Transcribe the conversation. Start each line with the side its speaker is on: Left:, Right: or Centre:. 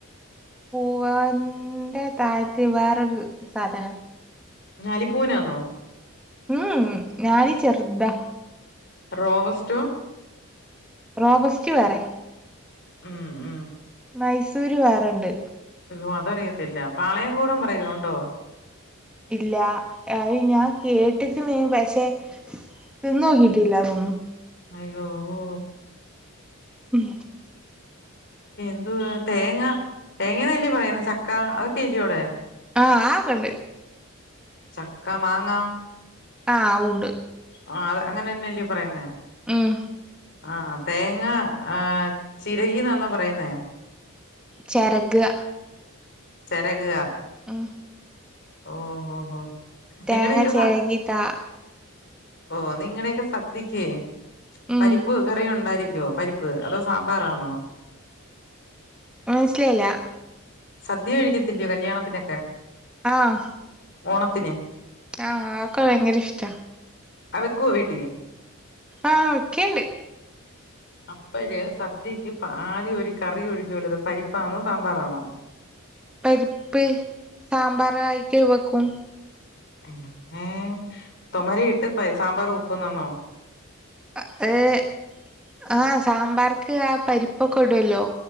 Centre: പൂവന്റെ തായ്ത്യ വേറൊരു സാധനം
Left: ഞാലിപൂവൻ ആന്നോ
Centre: മ് മ് ഞാനീ ചെറ്താ
Left: റോവസ്റ്റോ
Centre: റോബസ്റ്റ് വേറെ
Left: ഉം ഉം
Centre: മൈസൂര് വേറെണ്ട്.
Left: അയ്യോ അതറിയത്തില്ല പാളയംകൂടം പറയോ ഉണ്ടോ?
Centre: ഇല്ല അയ് ഞാൻ കേട്ട്ക്ക്ണ് പക്ഷേ തിന്ന് നോക്കിയിട്ടില്ല അതൊന്നും.
Left: അയ്യോ ഓ
Centre: ഉം
Left: എന്തുവാ തേങ്ങ തേങ്ങന്നെല്ലേ പറയുന്നേ ചക്ക അതൊക്കെയല്ലോ അവിടെ
Centre: ആഹ് അഹക്കെണ്ട്
Left: ചക്ക മാങ്ങ
Centre: ആഹ അഉണ്ട്
Left: ആഹ് അതെ അങ്ങനെയെന്നെയല്ലേ പറയുന്നേ?
Centre: ഏഹേ
Left: ആഹാ തേങ്ങ ആഹാ ചിരകീന്നാണോ പറയുന്നേ?
Centre: ചെരകാ
Left: ചെരകാ
Centre: ഉം
Left: ഓ ഓ ഹോ നിങ്ങടക്കെ
Centre: തേങ്ങ ചെരകി
Left: സദ്യ
Centre: താ
Left: ഓ നിങ്ങടെക്കെ സദ്യക്ക്
Centre: ഉം
Left: പരിപ്പ് കറി ഉണ്ടായിരിക്കുവോ പരിപ്പ് പ്പ് അതോ സാമ്പാറാണോ?
Centre: മനസ്സിലായില്ല
Left: സദ്യ കഴിക്കത്തില്ലയോ കല്യാണത്തിനൊക്കെ?
Centre: ആഹ
Left: ഓണത്തിന്
Centre: ആഹ് ആകക്കെ ഭയങ്കര ഇഷ്ട
Left: അഹ് വെക്കോ വീട്ടി?
Centre: ആഹ് വെക്കേണ്ട്
Left: അപ്പഴ് സദ്യയ്ക്ക് ആദ്യം ഒരു കറി ഒഴികോലോ? പരിപ്പാണോ സാമ്പാറാണോ?
Centre: പരിപ്പ് സാമ്പാറായിട്ട് വെക്കും.
Left: ങ്ങേ തൊമരയിട്ട് പ സാമ്പാർ വേക്കുന്നാന്നോ
Centre: ആ ഏഹേ ആഹ് സാമ്പാറ്ക്ക് ആഹാ പരിപ്പൊക്കെ ഇട് വെല്ലോ?